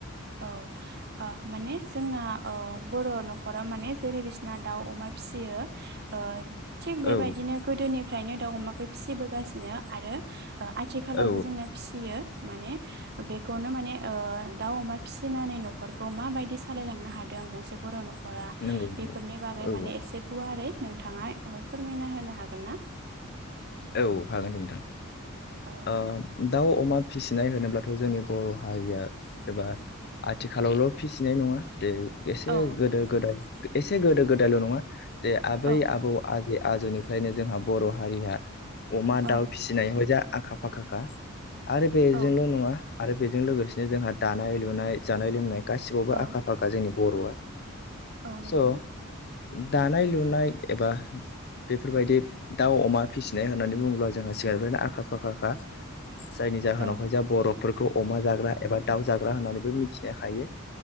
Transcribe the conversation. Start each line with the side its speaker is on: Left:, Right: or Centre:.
Right: औ माने ओ जोंना अ बर नखराव माने जेरै बिसिना दाउ अमा फिसियो ओ थिग बेबायदिनो
Left: औ
Right: गोदोनिफ्रायनो दाउ अमाखौ फिसिबोगासिनो आरो ओ आथिखालावबो
Left: औ
Right: जोंना फिसियो माने बेखौनो माने दाउ अमा फिसिनानै न'खरखौ माबायदि सालायलांनो हादों गंसे बर' न'खर फरा
Left: नंगौ नंगौ
Right: बेफोरनि बागै
Left: औ
Right: माने एसे गुवारै नोंथाङा एबा फोरमायना होनो हागोन ना?
Left: औ हागोन दे नोंथां
Right: औ
Left: ओह दाउ अमा फिसिनाय होनोब्लाथ' जोंनि बर' हारिया एबा आथिखालावल' फिसिनाय नङा । जे एसे
Right: औ
Left: गोदो गोदाय एसे गोदो गोदायल' नङा जे आबै
Right: औ
Left: आबौ आजे आजोनिफ्रायनो जोंहा बर' हारिया अमा
Right: औ
Left: दाउ फिसिनायाव जा आखा फाखा खा आरो बेजोंल'
Right: औ
Left: नङा आरो बेजों लोगोसेनो जोंहा दानाय लुनाय जानाय लोंनाय गासिबावबो
Right: औ
Left: आखा फाखा जोंनि बर'आ
Right: औ नंगौ
Left: स' दानाय लुनाय एबा बेफोरबायदि दाउ अमा फिसिनाय होननानै बुङोब्ला जोंहा सिगांनिफ्रायनो आखा फाखा फाखाखा जायनि जाहोनावहाय
Right: औ
Left: जा बरफ फोरखौ अमा जाग्रा एबा दाउ जाग्रा होननानैबो मिथिनो हायो।